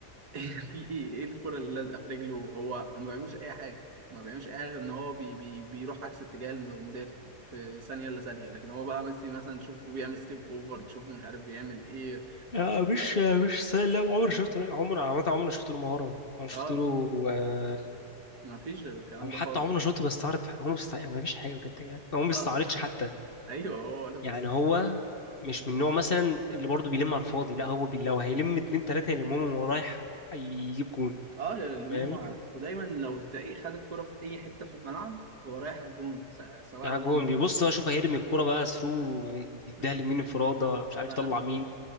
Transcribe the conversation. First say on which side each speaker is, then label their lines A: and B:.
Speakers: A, on the right; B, on the left.
A: في ايه ايه الكرة اللي لازقة في رجله هو هو ما بيعملش اي حاجة ما بيعملش اي حاجة غير ان هو بي بي بيروح عكس اتجاه المدافع في ثانية الا ثانية لكن هو بقى ميسي مثلا تشوفه بيعمل ستيب اوفر تشوفه مش عارف بيعمل ايه
B: آه مش مش سهل لا عمري شفته عمر عامه عمري ما شفت له مهاره عمري شفت
A: اه
B: له آه،
A: ما فيش الكلام
B: او حتى
A: ده خالص
B: عمري ما شفته بيستعرض في حاجة. هو مستع... ما فيش حاجه بجد يعني هو ما بيستعرضش
A: اه
B: حتى
A: ايوه هو ولا بيستاهل
B: يعني هو مش من النوع مثلا اللي برضه بيلم على الفاضي لا هو بي... لو هيلم اتنين تلاته يلمهم وهو رايح يجيب جون
A: اه اللي ماما
B: فاهم؟
A: ودايما لو تلاقيه خد الكرة في اي حتة في الملعب هو رايح على الجون س- سواء
B: يعني
A: هو
B: جون بيبص بقى شوف هيرمي الكوره بقى ثرو يديها
A: مم.
B: لمين انفراده مش عارف
A: فاهم
B: يطلع مين